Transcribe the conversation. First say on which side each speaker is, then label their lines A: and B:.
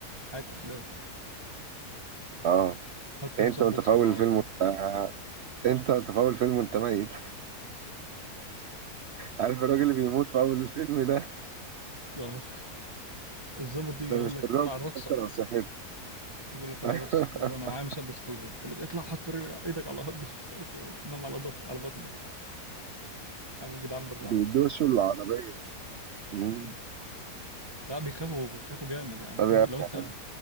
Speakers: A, on the right (about 15°); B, on the right (about 80°).
A: حياة أفلام
B: اه
A: حط
B: انت
A: المسدس
B: وانت في
A: في
B: اول
A: العربية
B: الفيلم وانت آه، انت وانت في اول الفيلم وانت ميت <laughs> عارف الراجل اللي بيموت في اول الفيلم ده
A: آه. الظابط يجي
B: ده
A: يقول
B: مش
A: لك
B: الراجل
A: طلع الرخصة
B: انت لو سافرت
A: يقول لك طلع
B: <laughs>
A: راسي تقول له انا معايا مسدس خلي بالك يقول لك اطلع حط رجلك على- ايدك على الارض <laughs> مش عارف ايه نام على ضغط على بطنك اعمل كده عم جدعان بالراحه
B: بيدوشوا العربية مم.
A: مم. لا بيخافوا بيخافوا جامد يعني
B: طب
A: بو-
B: يا
A: لو انت
B: عم